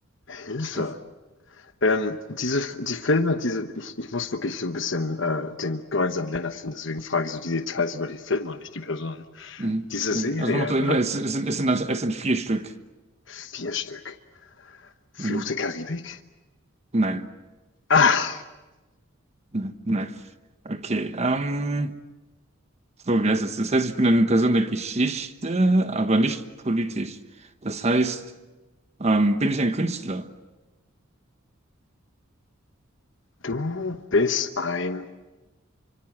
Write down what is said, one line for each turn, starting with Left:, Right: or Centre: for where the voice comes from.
Left: Hilfe.
Right: Okay.
Left: Ähm, diese, die Filme, diese, ich, ich muss wirklich so ein bisschen äh, den gemeinsamen Nenner finden, deswegen frage ich so die Details über die Filme und nicht die Personen.
Right: Mhm.
Left: Diese Serie,
Right: Also nochmal zu Hinweis,
Left: oder
Right: es, es sind, es sind, also, es sind vier Stück.
Left: vier Stück, Fluch
Right: Mhm.
Left: der Karibik?
Right: Nein,
Left: Ach,
Right: nein, nein. Okay, ähm, so, wie heißt es? Das heißt, ich bin eine Person der Geschichte, aber nicht politisch. Das heißt, ähm, bin ich ein Künstler?
Left: du bist ein